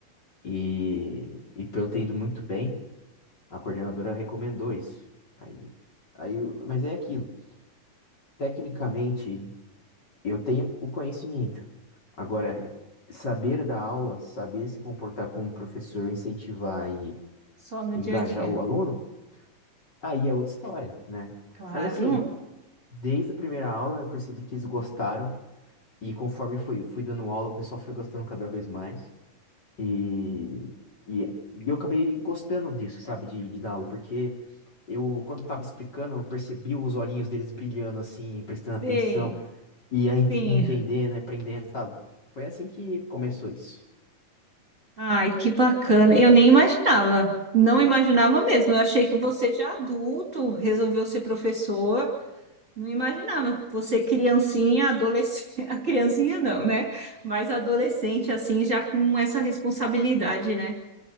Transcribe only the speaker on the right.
Só no
dia a dia.
Claro.
Sim,
sim.
Ai, que bacana. Eu nem imaginava. Não imaginava mesmo. Eu achei que você já adulto resolveu ser professor. Não imaginava. Você criancinha, adolescente, <laughs> a criancinha não, né? Mas adolescente assim já com essa responsabilidade, né?